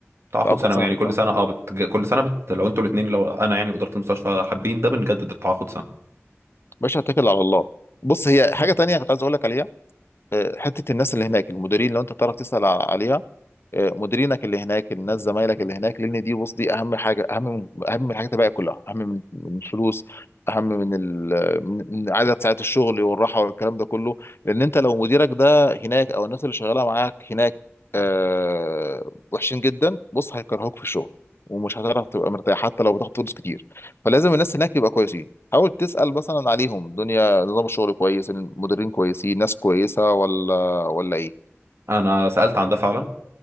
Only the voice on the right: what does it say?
تعاقد
سنوي
يعني
كل سنه اه بت... كل سنه بت... لو انتوا الاثنين لو انا يعني واداره المستشفى حابين ده بنجدد التعاقد سنه
انا سالت عن ده فعلا